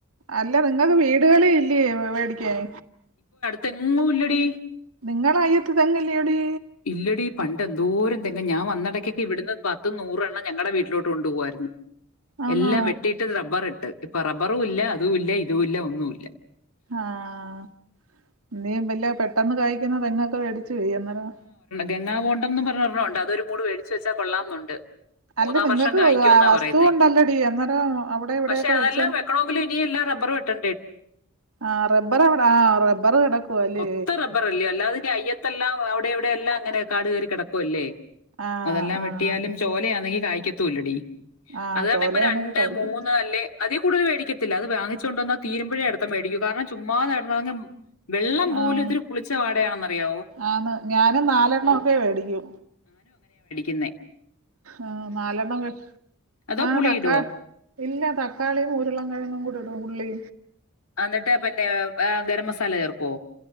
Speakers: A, on the right; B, on the left.
A: അല്ല നിങ്ങക്ക് വീടുകളീല്ലേ മേടിക്കാൻ
B: തെങ്ങും ഇല്ലടി
A: നിങ്ങള അയ്യത്ത് തെങ്ങില്ലേടി
B: ഇല്ലടി പണ്ട് എന്തോരം തെ അല്ല ഞാൻ വന്നിടെക്ക് ഇവിടുന്ന് പത്ത് നൂറ് എണ്ണം ഞങ്ങട വീട്ടിലോട്ട് കൊണ്ട് പോകുവായിരുന്നു
A: ആന്നോ
B: എല്ലാം വെട്ടിട്ട് റബ്ബർ ഇട്ട് ഇപ്പൊ റബ്ബറും ഇല്ല അതും ഇല്ല ഇതും ഇല്ല ഒന്നുല്ല
A: ആഹ് നീ വല്ല പെട്ടെന്ന് കായ്ക്കുന്ന തെങ്ങൊക്കെ മേടിച്ച <unintelligible> അന്നേരം
B: ഗങ്ങാവോണ്ടംന്ന് പറഞ്ഞ ഒരെണ്ണണ്ട് അതൊരു കൂട് വേടിച്ച് വെച്ചാ കൊള്ളാംന്നുണ്ട് മൂന്നാം
A: അല്ല നിങ്ങക്ക്
B: വർഷം കായിക്കും എന്നാ
A: വസ്തു
B: പറയുന്നേ
A: ഉണ്ടല്ലടി അന്നേരം അവിടെ ഇവിടെയൊക്കെ
B: പക്ഷേ അതെല്ലാം
A: വെച്ച
B: വെക്കണമെങ്കിലും ഇനിയ എല്ലാം റബ്ബർ വെട്ടെ
A: ആഹ് റബ്ബർ എവിടെ ആഹ് റബ്ബർ കിടക്കുവ അല്ലേ
B: മൊത്തം റബ്ബറല്ലേോ അല്ലാതിന്റെ അയ്യത്തെല്ലാം പ്പൊ അവിടെവിടെ എല്ലാം അങ്ങനെ കാട് കയറി കിടക്കുവല്ലേ
A: ആഹ്
B: അതെല്ലാം
A: ആഹ്
B: വെട്ടിയാലും ചോലയാണെങ്കിൽ കായ്ക്കത്തൂല്ലടി
A: ആഹ്
B: അത് നമ്മ
A: ചോലയാണെങ്കി
B: ഇപ്പ രണ്ട്
A: കായ്ക്കും
B: മൂന്ന് അല്ലെ അതേ കൂടുതൽ വേടിക്കത്തില്ല അത് വാങ്ങിച്ചു കൊണ്ടുവന്നാ തീരുമ്പഴേ അടുത്തത് മേടിക്കു കാരണം ചുമ്മാ അങ്ങ് വെള്ളം പോലും
A: ആഹ്
B: എന്തൊരു പുളിച്ച വാടയാണെന്നറിയാവോ
A: ആന്ന് ഞാനും നാലെണ്ണ ഒക്കെ മേടിക്കൂ
B: ഇന്നെ
A: ഉം നാലണ്ണം വേ
B: അതോ
A: ആഹ്
B: പുളി
A: തക്കാ
B: ഇടുവോ
A: ഇല്ല തക്കാളിയും ഉരുള കിഴങ്ങും കൂടി ഇടും ഉള്ളി
B: എന്നിട്ട് പിന്നെ ഏ ഗരം മസാല ചേർക്കോ